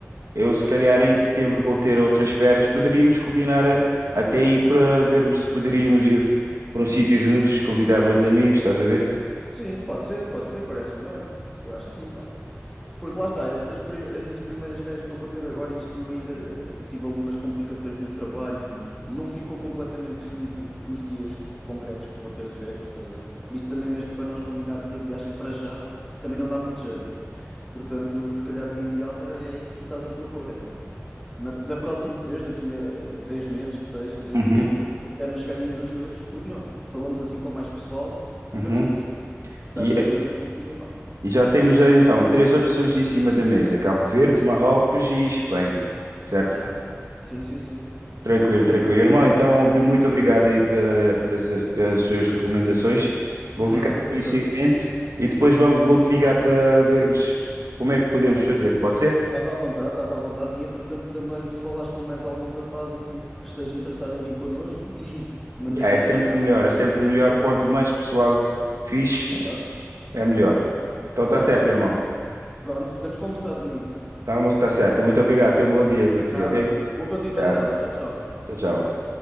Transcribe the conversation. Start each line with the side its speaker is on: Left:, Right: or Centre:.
Right: eu
Centre: Ok.
Right: se calhar em setembro vou ter outras férias, poderíamos combinar eh, até aí para vermos se poderíamos ir para um sítio juntos, convidar mais amigos, estás a ver?
Centre: Sim, pode ser, pode ser, parece-me bem. Eu acho que sim, pá. Porque lá está, estas pri- as minhas primeiras férias que eu vou ter agora, isto ainda eh, tive ali umas complicações no trabalho e não ficou completamente definido os dias concretos que vou ter de férias, estás a ver? Por isso também mesmo para nós combinarmos a viagem para já, também não dá muito jeito. Portanto, se calhar o ideal é, é isso que tu estás a propor, é na- da próxima vez, daqui a três meses que seja, em
Right: Uhum,
Centre: setembro, tivermos férias os dois, porque não? Falamos assim com mais pessoal e
Right: uhum.
Centre: vamos todos. Isso
Right: E
Centre: acho que era uma cena gira, pá.
Right: E já temos eh, então três opções em cima da mesa: Cabo Verde, Marrocos e Espanha, certo?
Centre: Yeah. Sim, sim, sim.
Right: Tranquilo, tranquilo. Irmão, então obri- muito obrigado aí pela- pelas, eh, pelas suas recomendações. Vou
Centre: Nada,
Right: ficar com
Centre: parceiro.
Right: isso em mente e depois vou, vou-te ligar para vermos como é que podemos
Centre: Estás
Right: fazer. Pode ser?
Centre: estás à vontade, estás à vontade. E entretanto, também, se falares com mais algum rapaz assim que esteja interessado em vir connosco, diz-me. Mantém-me
Right: Ya, é sempre
Centre: informado
Right: melhor, é sempre
Centre: disso.
Right: melhor. Quanto mais pessoal fixe,
Centre: Melhor.
Right: é melhor. Então tá
Centre: Claro
Right: certo,
Centre: que sim.
Right: irmão.
Centre: Pronto, estamos conversados, amigo.
Right: Tá, mo- tá certo. Muito obrigado. Tenha um bom dia para ti,
Centre: Nada.
Right: ok?
Centre: Boa continuação.
Right: Obrigado.
Centre: Tchau, tchau.
Right: Tchau, tchau.